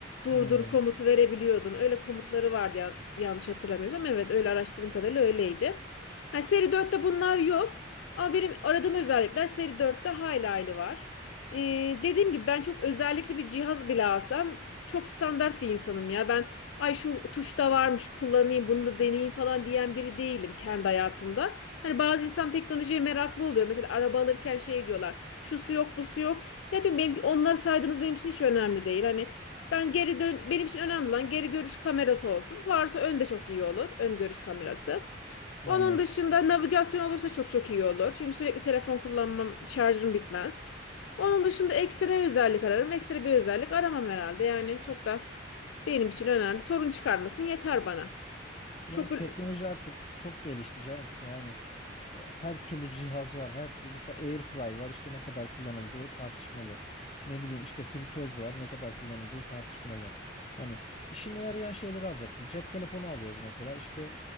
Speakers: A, on the left; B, on the left.
A: durdur
B: Hmm.
A: komutu verebiliyordun. Öyle komutları vardı ya, yanlış hatırlamıyorsam. Evet öyle araştırdığım kadarıyla öyleydi. Hani seri dörtte bunlar yok. Ama benim aradığım özellikler seri dörtte hayli hayli var. Ee, dediğim gibi ben çok özellikli bir cihaz bile alsam çok standart bir insanım ya. Ben ay şu tuşta varmış kullanayım bunu da deneyeyim falan diyen biri değilim kendi hayatımda. Hani bazı insan teknolojiye meraklı oluyor. Mesela araba alırken şey diyorlar. Şu su yok bu su yok. Ya diyorum benim, onları saydığınız benim için hiç önemli değil. Hani ben geri dön benim için önemli olan geri görüş kamerası olsun. Varsa ön de çok iyi olur. Ön görüş kamerası. Onun
B: Aynen.
A: dışında navigasyon olursa çok çok iyi olur. Çünkü sürekli telefon kullanmam, şarjım bitmez. Onun dışında ekstra özellik ararım. Ekstra bir özellik aramam herhalde. Yani çok da benim için önemli. Sorun çıkarmasın yeter bana.
B: Yani
A: Çok böyle-
B: teknoloji artık çok gelişti canım yani. E, Her türlü cihaz var. Her türlü mesela airfry var. İşte ne kadar kullanıldığı tartışmalı. Ne bileyim işte fritöz var. Ne kadar kullanıldığı tartışmalı. Hani işine yarayan şeyleri alacaksın. Cep telefonu alıyoruz mesela. İşte